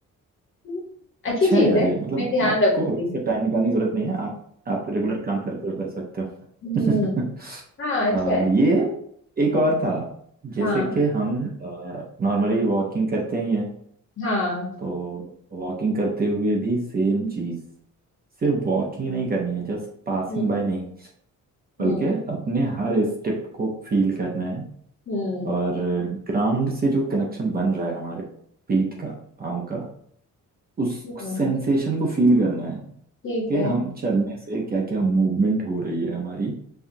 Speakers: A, on the left; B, on the right.
A: हम्म, अच्छी
B: अच्छा
A: चीज
B: है यार
A: है
B: ये मतलब
A: मैं ध्यान
B: आपको
A: रखूंगी
B: अलग से टाइम निकालने की जरूरत नहीं है आप आप रेगुलर काम करते हुए कर सकते
A: हम्म
B: हो <laughs>
A: हाँ अच्छा
B: अ,
A: है
B: ये एक और था जैसे
A: हाँ
B: कि हम नॉर्मली वॉकिंग करते ही हैं
A: हाँ
B: तो वॉकिंग करते हुए भी सेम
A: हम्म
B: चीज सिर्फ वॉकिंग नहीं करनी है जस्ट पासिंग
A: हम्म
B: बाय नहीं
A: हम्म
B: बल्कि अपने हर स्टेप को फील करना है
A: हम्म,
B: और ग्राउंड से जो कनेक्शन बन रहा है हमारे पीठ का पाँव का उस
A: हम्म,
B: सेंसेशन को फील करना है
A: ठीक
B: कि
A: है
B: हम चलने से क्या क्या मूवमेंट हो रही है हमारी